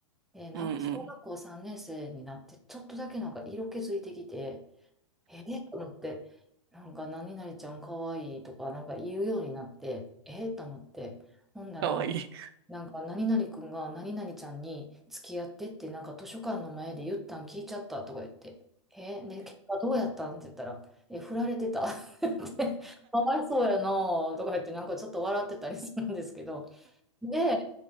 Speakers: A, in the centre; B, on the right.
A: えーなんか小学校3年生になって、
B: うん、うん。
A: ちょっとだけなんか色気づいてきて、えー、と思って、なんか何々ちゃんかわいいとかなんか言うようになって、えー、と思って、ほんなら、
B: かわいい。
A: なんか何々くんが何々ちゃんに付き合ってってなんか図書館の前で言ったん聞いちゃったとか言って、えー、で、結果どうやったんって言ったら、え振られてたって言って <laughs>、かわいそうやなとか言ってなんかちょっと笑ってたりするんですけど、で、